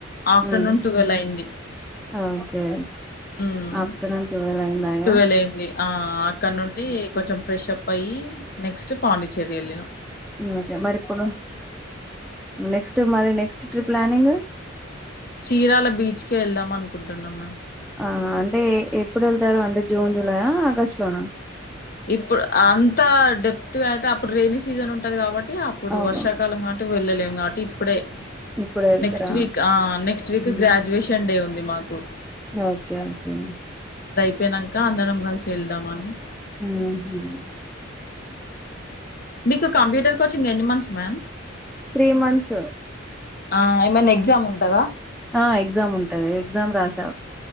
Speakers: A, on the left; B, in the centre.
A: ఆఫ్టర్నూన్
B: ఉమ్
A: టువెల్ అయింది.
B: ఓకే
A: ఉమ్,
B: ఆఫ్టర్నున్ ట్వెల్వ్ అయిందా ఇయా
A: ట్వెల్వ్ అయింది ఆ అక్కడ నుండి కొంచెం ఫ్రెష్ప్ అయ్యి నెక్స్ట్ పాండిచ్చేరి ఎళ్ళినం.
B: ఓకే మరిప్పుడు నెక్స్ట్ మరి నెక్స్ట్ ట్రిప్ ప్లానింగ్?
A: చీరాల బీచ్కే ఎళ్దాం అనుకుంటున్నం మేమ్
B: ఆ అంటే ఏ ఎప్పుడు ఎళ్తారు అంటే జూన్ జులాయా, ఆగస్టు లోనా?
A: ఇప్పుడు ఆ అంత డెప్త్ గా అయితే అప్పుడు రెయినీ సీజన్ ఉంటది కాబట్ టే అప్పుడు
B: అవును
A: వర్షాకాలం కాబట్టి వెళ్ళలేము కాబట్టి ఇప్పుడే
B: ఇప్పుడే వెళ్తారా
A: నెక్స్ట్ వీక్ ఆ నెక్స్ట్ వీక్
B: ఉమ్
A: గ్రాడ్యుయేషన్ డే ఉంది మాకు.
B: Okay okay.
A: యినంక అందరం కలిసి ఎళ్దామని.
B: ఆహ
A: మీకు కంప్యూటర్ కోచింగ్ ఎన్ని మంత్స్ మ్యామ్?
B: త్రీ మంత్స్
A: ఆ ఏమన్నా ఎగ్జామ్ ఉంటదా?
B: ఆ ఎగ్జామ్ ఉంటది, ఎగ్జామ్ రాసా.